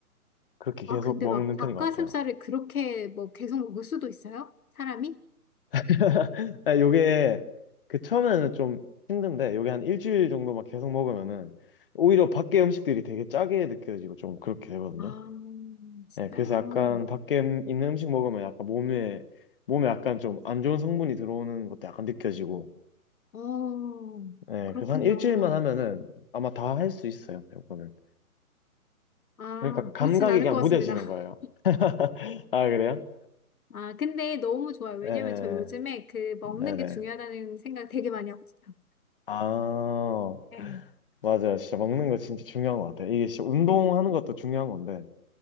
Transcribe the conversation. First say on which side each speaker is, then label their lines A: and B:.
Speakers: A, on the left; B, on the left.
A: 그렇게 계속
B: 아, 근데
A: 먹는
B: 막
A: 편인
B: 닭가슴살을
A: 것 같아요.
B: 그렇게 뭐 계속 먹을 수도 있어요? 사람이?
A: <laughs> 아, 요게 그 처음에는 좀 힘든데 요게 한 일주일 정도 막 계속 먹으면은 오히려 밖에 음식들이 되게 짜게 느껴지고 좀 그렇게 되거든요.
B: 아, 진짜요?
A: 예, 그래서 약간 밖에 음- 있는 음식 먹으면 약간 몸에, 몸에 약간 좀 안 좋은 성분이 들어오는 것도 약간 느껴지고,
B: 어,
A: 예,
B: 그렇군요.
A: 그래서 한 일주일만 하면은 아마 다 할 수 있어요, 요거는.
B: 아,
A: 그러니까 감각이
B: 그렇진 않을
A: 그냥
B: 것 같습니다.
A: 무뎌지는
B: <laughs>
A: 거예요. <laughs> 아, 그래요?
B: 아, 근데 너무 좋아요. 왜냐면
A: 예, 예, 예.
B: 저 요즘에 그 먹는
A: 네네.
B: 게 중요하다는 생각 되게 많이 하거든요.
A: 아,
B: 네,
A: 맞아요. 진짜 먹는 거 진짜 중요한 것 같아요. 이게 진짜 운동하는
B: 네,
A: 것도 중요한 건데,